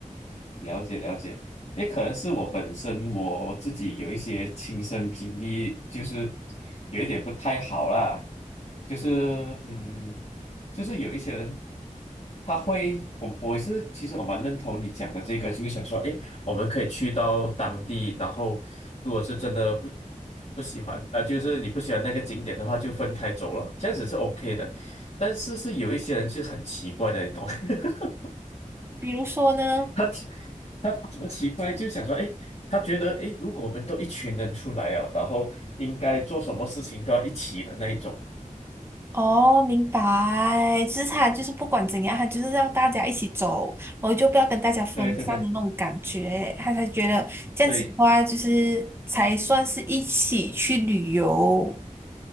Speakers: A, on the left (about 45°); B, on the right (about 15°).
A: 了解了解，也可能是我本身我自己有一些亲身经历，就是有一点不太好啦，就是嗯，就是有一些人他会，我我是其实我蛮认同你讲的这个，就是想说，诶，我们可以去到当地，然后如果是真的不不喜欢，呃，就是你不喜欢那个景点的话，就分开走了，这样子是 OK 的，但是是有一些人是很奇怪的，你懂。<laughs>
B: 比如说呢。
A: 他他怎么奇怪，就想说，哎，他觉得，哎，如果我们都一群人出来啊，然后应该做什么事情都要一起的那一种。
B: 哦，明白。就是他就是不管怎样，他就是让大家一起走，然后就不要跟大家分散的那种感觉，
A: 对对对
B: 他才觉得这样子的话，
A: 对
B: 就是才算是一起去旅游。